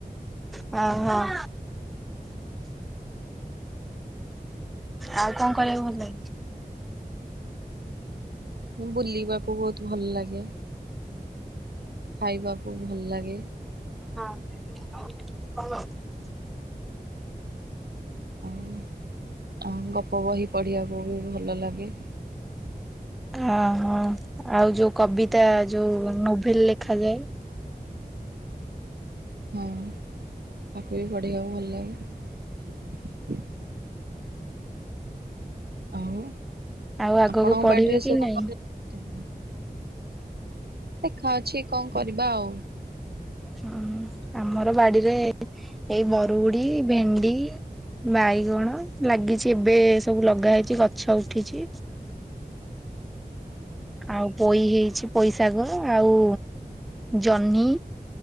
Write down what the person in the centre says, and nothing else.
ହଉ ହଉ। ଆଉ କଣ କରିବାକୁ ଭଲ ଲାଗେ?
<unintelligible>
ହଁ ହଁ ଆଉ ଯୋଉ କବିତା ଯୋଉ ନୋଭେଲ ଲେଖାଯାଏ।
ଆଉ ଆଗକୁ
ପଢିବେ
କି
ନାଇଁ?
ହୁଁ ଆମର ବାଡ଼ିରେ ଏଇ ବରୁଡ଼ି, ଭେଣ୍ଡି ବାଇଗଣ ଲାଗିଛି ଏବେ ସବୁ ଲଗା ହେଇଛି ଗଛ ଉଠିଛି। ଆଉ ପୋଇ ହେଇଛି। ପୋଇଶାଗ ଆଉ ଜହ୍ନି